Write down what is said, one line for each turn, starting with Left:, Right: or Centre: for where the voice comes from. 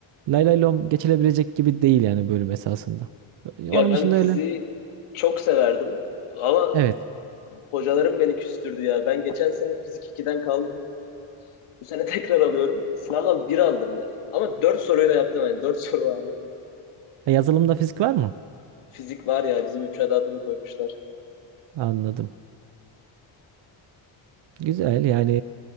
Right: lay lay lom geçilebilecek gibi değil yani bölüm esasında. E,
Left: Ya
Right: Onun
Left: ben
Right: dışında
Left: fiziği
Right: öyle.
Left: çok severdim ama
Right: Evet.
Left: hocalarım beni küstürdü ya. Ben geçen sene fizik 2'den kaldım. Bu sene <laughs> tekrar alıyorum. Sınavdan bir aldım ya. Ama 4 soruyla yaptım yani. 4 soru vardı.
Right: Ha, Yazılımda fizik var mı?
Left: Fizik var ya bizim müfredata da koymuşlar.
Right: Anladım. Güzel yani